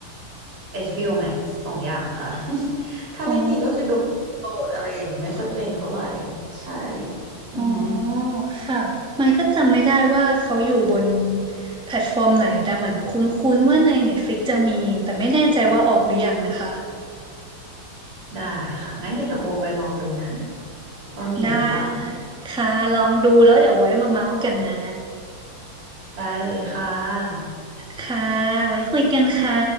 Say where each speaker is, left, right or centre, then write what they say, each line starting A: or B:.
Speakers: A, on the right (about 85°); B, in the centre.
A: HBO Max สองอย่างค่ะ <laughs> ถ้าไม่มีก็คือโดโดดอะไรอย่างเงี้ยไม่ค่อยเป็นเท่าไหร่
B: อ๋อ
A: ใช่อือฮึ
B: อ๋อค่ะ ไมค์ก็จำไม่ได้ว่าเขาอยู่บนแพลตฟอร์มไหน แต่เหมือนคุ้นๆว่าใน Netflix จะมี แต่ไม่แน่ใจว่าออกหรือยังนะคะ
A: ได้ค่ะ งั้นเดี๋ยวโบไปลองดูนะว่ามีหรือเปล่า
B: ได้ค่ะ ลองดูแล้วเดี๋ยวไว้มาเมาส์กันนะ
A: ได้เลยค่ะ
B: ค่ะ ไว้คุยกันค่ะ